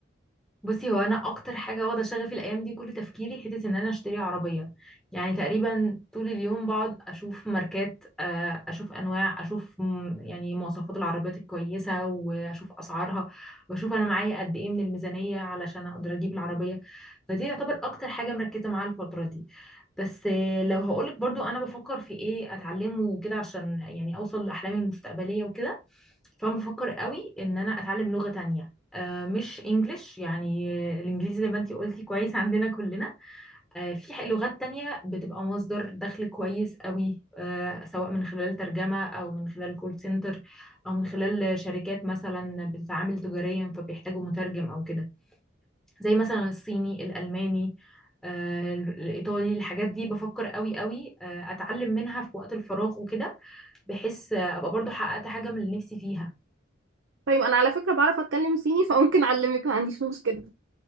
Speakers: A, in the centre; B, on the right.
A: بصي هو انا اكتر حاجه واخده شغفي الايام دي كل تفكيري حته ان انا اشتري عربيه يعني تقريبا طول اليوم بقعد اشوف ماركات آه، اشوف انواع اشوف م- يعني مواصفات العربيات الكويسه واشوف اسعارها واشوف انا معايا قد ايه من الميزانيه علشان اقدر اجيب العربيه فدي يعتبر اكتر حاجه مركزه معاها الفتره دي بس آه، لو هقولك برضو انا بفكر في ايه اتعلمه وكده عشان يعني اوصل لاحلامي المستقبليه وكده فانا بفكر قوي ان انا اتعلم لغه تانية آه، مش انجليش يعني الانجليزي زي ما انتي قلتي كويس عندنا كلنا آه، في ح- لغات تانية بتبقى مصدر دخل كويس قوي آه، سواء من خلال ترجمة او من خلال كول سنتر او من خلال شركات مثلا بتتعامل تجاريا فبيحتاجوا مترجم او كده زي مثلا الصيني الالماني آه، الايطالي الحاجات دي بفكر قوي قوي آه، اتعلم منها في وقت الفراغ وكده بحيث آه، ابقى برضو حققت حاجة من اللي نفسي فيها
B: طيب انا على فكره بعرف اتكلم صيني فممكن اعلمك ما عنديش مشكله